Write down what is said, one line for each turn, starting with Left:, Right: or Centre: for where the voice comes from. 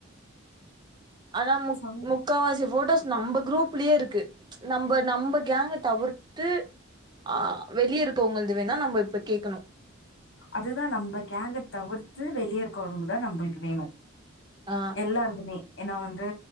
Right: அனா மு
Left: உ
Right: முக்காவாசி போட்டோஸ் நம்ப குரூப்லயே இருக்கு நம்ம நம்ம கேங்க தவிர்த்து ஆ வெளிய இருக்கவங்களது வேணா நம்ம இப்ப கேக்கணு
Left: அதுதா நம்ம கேங்க தவிர்த்து வெளிய இருக்கறவுங்களுக்கு தா நம்பளுக்கு வேணு
Right: ஆ
Left: எல்லாருக்குமே ஏன்னா வந்து